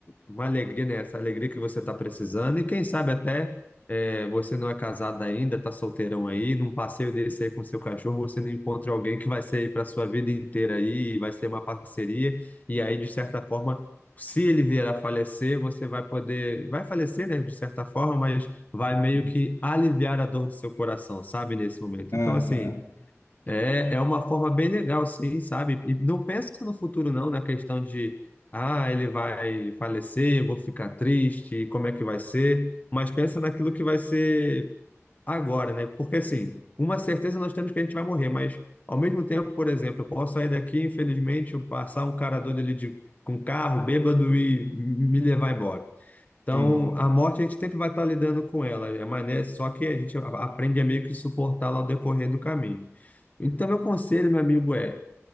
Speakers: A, on the left (about 35°); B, on the left (about 75°).
A: uma alegria, né? Essa alegria que você está precisando. E quem sabe até é, você não é casado ainda, está solteirão aí, num passeio desse aí com seu cachorro, você não encontra alguém que vai ser aí para sua vida inteira aí, e vai ser uma parceria. E aí, de certa forma, se ele vier a falecer, você vai poder, vai falecer, né? De certa forma, mas vai
B: <laughs>
A: meio que aliviar a dor do seu coração, sabe? Nesse momento.
B: Aham,
A: Então, assim. É, é uma forma bem legal, assim, sabe? E não pensa no futuro, não, na questão de, ah, ele vai falecer, eu vou ficar triste, como é que vai ser? Mas pensa naquilo que vai ser agora, né? Porque, assim, uma certeza nós temos que a gente vai morrer, mas, ao mesmo tempo, por exemplo, eu posso sair daqui, infelizmente, eu passar um cara doido ali de, com carro, bêbado e me levar embora. Então,
B: sim.
A: a morte a gente sempre vai estar lidando com ela, é mais, né? Só que a gente a- aprende a meio que suportá-la ao decorrer do caminho. Então, meu conselho, meu amigo, é